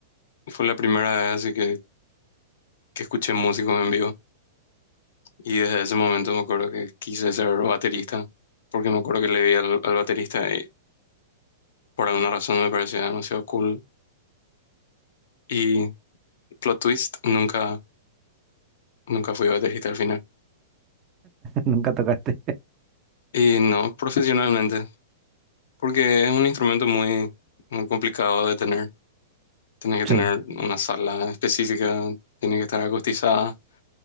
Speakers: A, on the left (about 60°); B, on the right (about 20°).
A: fue la primera vez así que, que escuché músicos en vivo. Y desde ese momento me acuerdo que quise ser baterista porque me acuerdo que le vi al, al baterista y por alguna razón me parecía demasiado cool. Y plot twist, nunca, nunca fui baterista al final.
B: Nunca tocaste.
A: Y no profesionalmente, porque es un instrumento muy, muy complicado de tener. Tienes que
B: Sí.
A: tener una sala específica, tiene que estar acustizada,